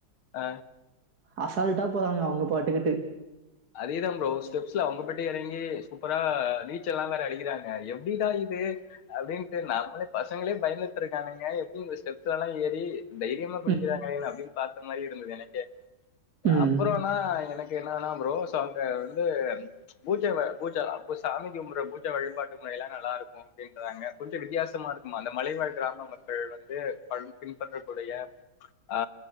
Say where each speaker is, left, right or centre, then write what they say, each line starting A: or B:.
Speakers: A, on the left; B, on the right.
A: ஆ
B: அசால்ட்டா போராங்க அவுங்க பாட்டுக்கிட்டு
A: அதேதா ப்ரோ ஸ்டெப்ஸ்ல அவுங்க பாட்டு எறங்கி சூப்பரா நீச்சல்லா வேற அடிக்கிறாங்க எப்டிடா இது அப்டின்ட்டு நாம்ளே பசங்களே பயந்துட்ருக்கானுங்க எப்டி இந்த ஸ்டெப்ஸ்லலா ஏறி தைரியமா குளிக்கிறாங்களேனு
B: ம்.
A: அப்டின் பாத்த மாரி இருந்தது எனக்கே
B: ம்.
A: அப்றோனா எனக்கு என்னனா ப்ரோஸ் அங்க வந்து பூஜ வ பூஜ அப்ப சாமி கும்பற்ற பூஜ வழிபாட்டு முறைலா நல்லா இருக்கு அப்டின்றாங்க கொஞ்ச வித்தியாசமா இருக்குமா அந்த மலைவாழ் கிராம மக்கள் வந்து பன் பின்பற்றக்கூடிய ஆ